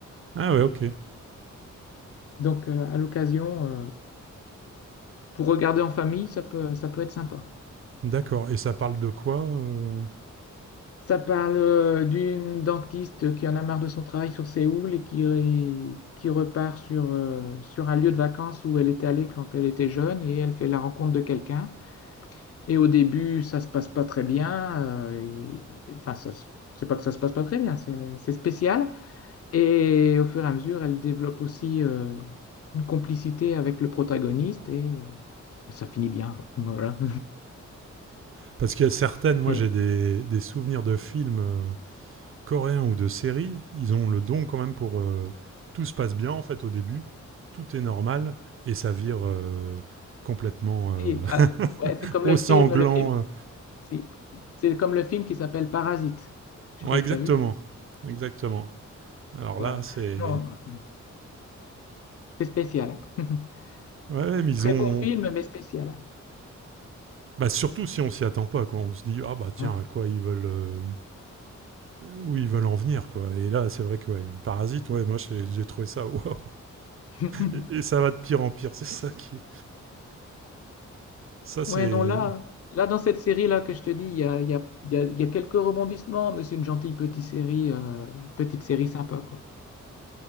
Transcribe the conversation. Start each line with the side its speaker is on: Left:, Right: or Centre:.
Right: Ah ouais, ok.
Left: Donc, euh, à l'occasion, euh, pour regarder en famille, ça peut, ça peut être sympa.
Right: D'accord. Et ça parle de quoi euh
Left: Ça parle euh, d'une dentiste qui en a marre de son travail sur Séoul et qui, qui repart sur, euh, sur un lieu de vacances où elle était allée quand elle était jeune et elle fait la rencontre de quelqu'un. Et au début, ça se passe pas très bien. euh, et- et- enfin, ça, se- c'est pas que ça se passe pas très bien, c'est c'est spécial. Et au fur et à mesure, elle développe aussi euh, une complicité avec le protagoniste et, et ça finit bien. <laughs> Voilà.
Right: Parce qu'il y a certaines, moi
Left: Et,
Right: j'ai des, des souvenirs de films. euh, coréens ou de séries, ils ont le don quand même pour... euh, tout se passe bien en fait au début, tout est normal et ça vire euh, complètement euh,
Left: et, euh,
Right: <laughs>
Left: ouais, c'est comme
Right: au
Left: le film,
Right: sanglant.
Left: le film,
Right: euh.
Left: si, c'est comme le film qui s'appelle Parasite. Je
Right: Ouais,
Left: sais pas si
Right: exactement.
Left: t'as vu.
Right: Exactement. Alors
Left: Voilà.
Right: là, c'est...
Left: Non, c'est spécial. <laughs>
Right: Ouais, ouais, mais ils
Left: Très
Right: ont...
Left: bon film, mais spécial.
Right: Bah, surtout si on s'y attend pas, quoi. On se dit, ah bah tiens,
Left: Ouais.
Right: à quoi ils veulent... euh, Où ils veulent en venir, quoi. Et là, c'est vrai que, ouais, Parasite, ouais, moi j'ai j'ai trouvé ça, waouh.
Left: <laughs>
Right: Et, et ça va de pire en pire, c'est ça qui... est- Ça, c'est...
Left: Ouais, non, là, là dans cette série-là que je te dis, il y a, il y a, il y a- il y a quelques rebondissements, mais c'est une gentille petite série, euh, petite série sympa, quoi.